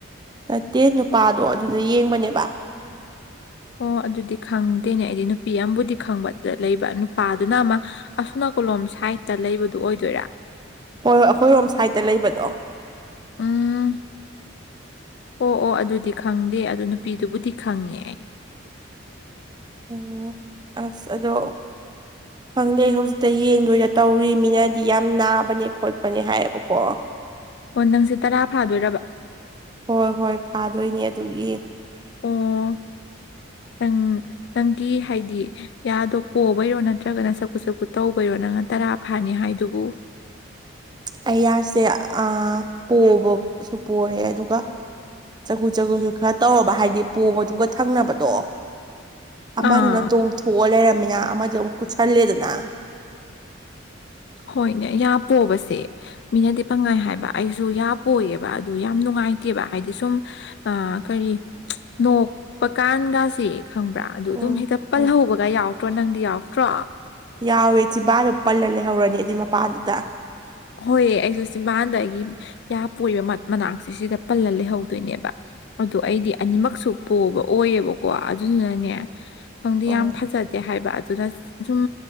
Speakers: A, on the right; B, on the left.
A: ꯅꯠꯇꯦ ꯅꯨꯄꯥꯗꯣ ꯑꯗꯨꯗ ꯌꯦꯡꯕꯅꯦꯕ
B: ꯑꯣ ꯑꯗꯨꯗꯤ ꯈꯪꯗꯦꯅꯦ ꯑꯩꯗꯤ ꯅꯨꯄꯤ ꯑꯝꯕꯨꯗꯤ ꯈꯪꯕ ꯑꯗꯨꯗ ꯂꯩꯕ ꯅꯨꯄꯥꯗꯨꯅ ꯑꯃ ꯑꯁꯨꯝ ꯅꯥꯀꯜꯂꯣꯝ ꯁꯥꯏꯗꯇ ꯂꯩꯕꯗꯣ ꯑꯣꯏꯗꯣꯏꯔ
A: ꯍꯣꯏ ꯍꯣꯏ ꯑꯈꯣꯏꯔꯣꯝ ꯁꯥꯏꯗꯇ ꯂꯩꯕꯗꯣ
B: ꯎꯝ ꯑꯣ ꯑꯣ ꯑꯗꯨꯗꯤ ꯈꯪꯗꯦ ꯑꯗꯨ ꯅꯨꯄꯤꯗꯨꯕꯨꯗꯤ ꯈꯪꯉꯦ ꯑꯩ
A: ꯑꯣ ꯑꯁ ꯑꯗꯣ
B: <inaudible>
A: ꯈꯪꯗꯦ ꯍꯧꯖꯤꯛꯇ ꯌꯦꯡꯗꯣꯏꯗ ꯇꯧꯔꯤ ꯃꯤꯅꯗꯤ ꯌꯥꯝ ꯅꯥꯕꯅꯦ ꯈꯣꯠꯄꯅꯦ ꯍꯥꯏꯌꯦꯕꯀꯣ
B: ꯑꯣ ꯅꯪꯁꯦ ꯇꯔꯥ ꯐꯥꯗꯣꯏꯔꯕ
A: ꯍꯣꯏ ꯍꯣꯏ ꯐꯥꯗꯣꯏꯅꯦ ꯑꯗꯨꯒꯤ
B: ꯑꯣ ꯅꯪ ꯅꯪꯒꯤ ꯍꯥꯏꯗꯤ ꯌꯥꯗꯣ ꯄꯣꯕꯩꯔꯣ ꯅꯠꯇ꯭ꯔꯒꯅ ꯆꯐꯨꯠ ꯆꯐꯨꯠ ꯇꯧꯕꯩꯔꯣ ꯅꯪꯅ ꯇꯔꯥ ꯐꯥꯅꯤ ꯍꯥꯏꯗꯨꯕꯨ
A: ꯑꯩ ꯌꯥꯁꯦ ꯑ ꯄꯣꯕꯁꯨ ꯄꯣꯔꯦ ꯑꯗꯨꯒ ꯆꯒꯨ ꯆꯒꯨꯁꯨ ꯈꯔ ꯇꯧꯔꯕ ꯍꯥꯏꯗꯤ ꯄꯣꯕꯗꯨꯒ ꯊꯪꯅꯕꯗꯣ ꯑꯃꯗꯨꯅ
B: ꯑꯥ
A: ꯇꯣꯡꯊꯣꯛꯑ ꯂꯩꯔꯝꯃꯤꯅ ꯑꯃꯖꯦ ꯑꯃꯨꯛ ꯀꯨꯠꯁꯜꯂꯦꯗꯅ
B: ꯍꯣꯏꯅꯦ ꯌꯥ ꯄꯣꯕꯁꯦ ꯃꯤꯅꯗꯤ ꯄꯪꯍꯥꯏ ꯍꯥꯏꯕ ꯑꯩꯁꯨ ꯌꯥ ꯄꯣꯏꯌꯦꯕ ꯑꯗꯨ ꯌꯥꯝ ꯅꯨꯡꯉꯥꯏꯇꯦꯕ ꯍꯥꯏꯗꯤ ꯁꯨꯝ ꯑ ꯀꯔꯤ ꯅꯣꯛꯄꯀꯥꯟꯒꯥꯁꯤ ꯈꯪꯕ꯭ꯔꯥ ꯑꯗꯨ ꯑꯗꯨꯝ
A: ꯎꯝ
B: ꯍꯦꯛꯇ ꯄꯜꯍꯧꯕꯒ
A: ꯎꯝ
B: ꯌꯥꯎꯇ꯭ꯔꯣ ꯅꯪꯗꯤ ꯌꯥꯎꯇ꯭ꯔꯣ
A: ꯌꯥꯎꯋꯦ ꯆꯤꯕꯥꯟꯗꯣ ꯄꯜꯂ ꯂꯩꯍꯧꯔꯅꯤ ꯑꯗꯨꯏ ꯃꯄꯥꯗꯨꯗ
B: ꯍꯣꯏꯌꯦ ꯑꯩꯁꯨ ꯆꯤꯝꯕꯥꯟꯗ ꯑꯩꯒꯤ ꯌꯥ ꯄꯣꯏ <unintelligible> ꯃꯅꯥꯛꯁꯦ ꯁꯤꯗ ꯄꯜꯂ ꯂꯩꯍꯧꯗꯣꯏꯅꯦꯕ ꯑꯗꯨ ꯑꯩꯗꯤ ꯑꯅꯤꯃꯛꯁꯨ ꯄꯣꯕ ꯑꯣꯏꯌꯦꯕꯀꯣ ꯑꯗꯨꯗꯨꯅꯅꯦ
A: ꯎꯝ
B: ꯈꯪꯗꯦ ꯌꯥꯝ
A: ꯎꯝ
B: ꯐꯖ ꯗꯦ ꯍꯥꯏꯕ ꯑꯗꯨꯅ ꯁꯨꯝ